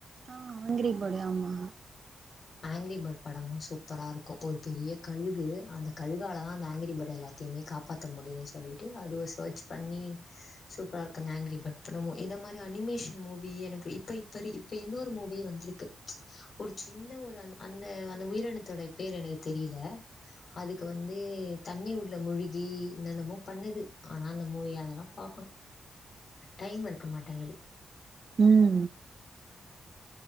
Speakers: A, on the right; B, on the left.
A: ஆ ஆங்கிரி பேடு ஆமா
B: ஆங்கிரி பேட் படமு சூப்பரா இருக்கு ஒரு பெரிய கழுகு அந்த கழுகாலதா அந்த ஆங்கிரி பேட் எல்லா த்துமே காப்பாத்த முடியு சொல்லிட்டு அதுவு சர்ஜ் பண்ணி சூப்பரா இரு க்கங்க ஆங்கிரி பட் இப்ப நம்மோ இந்த மாரி அனிமேஷன் மூவி எனக்கு இப்ப இப்ப இப்ப இன்னொரு மூவி வந்துருக்கு ஒரு சின்ன ஒரு அந் அந்த அந்த உயிரினத்தோடைய பேர் எனக்கு தெரியல அதுக்கு வந்து தண்ணி உள்ள முழுகி என்னன்னமோ பண்ணுது ஆனால அந்த மூவிய அதெல்லா பாக்கணு டைம் இருக்க மாட்டேங்குது
A: ம்